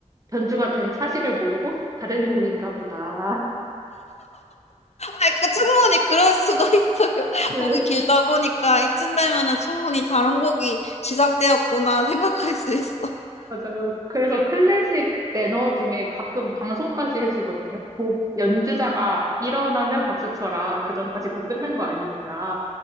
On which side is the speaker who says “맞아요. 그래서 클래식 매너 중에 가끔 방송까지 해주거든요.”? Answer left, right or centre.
Right